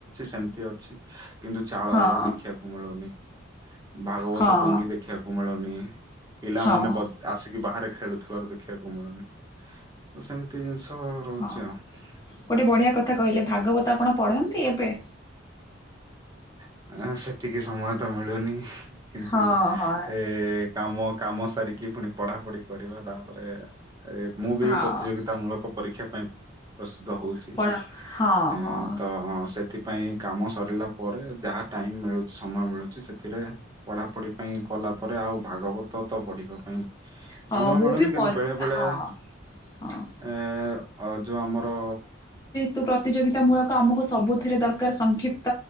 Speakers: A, on the right; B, on the left.
A: ସେମିତି ଅଛି କିନ୍ତୁ ଚାଳ
B: ହଁ
A: ଘର ଦେଖିବାକୁ ମିଳୁନି। ଭାଗବତ
B: ହଁ
A: ଟୁଙ୍ଗି ଦେଖିବାକୁ ମିଳୁନି ପିଲାମାନେ
B: ହଁ
A: ବ ଆସିକି ବାହାରେ ଖେଳୁଥିବାର ଦେଖିବାକୁ ମିଳୁନି। ସେମିତି ଜିନିଷ ରହୁଛି
B: ହଁ।
A: ଆଉ।
B: ଗୋଟେ ବଢ଼ିଆ କଥା କହିଲେ ଭାଗବତ ଆପଣ ପଢ଼ନ୍ତି ଏବେ।
A: ଆ ସେତିକି ସମୟ ତ ମିଳୁନି କିନ୍ତୁ
B: ହଁ ହଁ
A: ଏ <inaudible> କାମ କାମ ସାରିକି ପୁଣି ପଢାପଢି କରିବା ତାପରେ ଏ ମୁଁ ବି
B: ହଁ
A: ପ୍ରତିଯୋଗିତା ମୂଳକ ପରୀକ୍ଷା ପାଇଁ ପ୍ରସ୍ତୁତ ହଉଛି
B: ପଢ ହଁ
A: ଏ
B: ହଁ।
A: ତ ସେଥିପାଇଁ କାମ ସରିଲା ପରେ ଯାହା ଟାଇମ ମିଳୁଛି ସମୟ ମିଳୁଛି ସେଥିରେ ପଢା ପଢି ପାଇଁ କଲା ପରେ ଆଉ ଭାଗବତ ତ ପଢିଗ କାଇଁ
B: ହଁ
A: ସମୟ
B: ମୁଁ
A: ମିଳୁନି
B: ବି
A: କିନ୍ତୁ
B: ମ
A: ବେଳେ ବେଳେ
B: ହଁ ହଁ।
A: ଏ ଯୋଉ ଆମର
B: ତୁ ପ୍ରତିଯୋଗିତା ମୂଳକ ଆମକୁ ସବୁଥିରେ ଦରକାର ସଂକ୍ଷିପ୍ତ